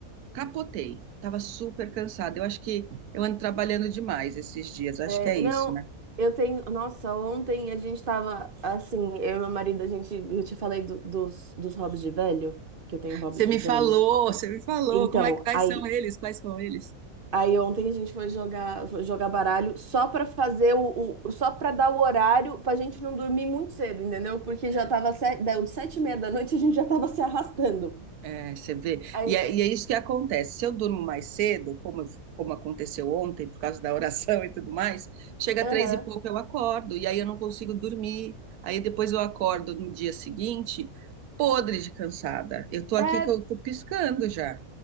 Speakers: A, on the right (about 90°); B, on the right (about 40°).
A: Capotei, estava super cansada, eu acho que eu ando trabalhando demais esses dias, acho
B: É,
A: que é isso,
B: não,
A: né?
B: eu tenho. Nossa, ontem a gente tava assim, eu e meu marido, a gente. Eu te falei do- dos, dos hobbies de velho, que eu tenho hobbies
A: Você me
B: de velho.
A: falou, você me falou,
B: Então,
A: como é que, quais
B: aí,
A: são eles, quais são eles?
B: aí ontem a gente foi jogar, foi jogar baralho só pra fazer o, o- Só pra dar o horário pra gente não dormir muito cedo, entendeu? Porque
A: É.
B: já tava sete, deu sete e meia da noite a gente já tava se arrastando.
A: É, você vê.
B: Aí,
A: E é, e é isso que acontece. Se eu durmo mais cedo, como, eu- como aconteceu ontem, por causa da oração <laughs> e tudo mais, chega
B: aham.
A: três e pouco eu acordo, e aí eu não consigo dormir. Aí depois eu acordo no dia seguinte, podre de cansada. Eu tô aqui
B: É,
A: que eu tô piscando já.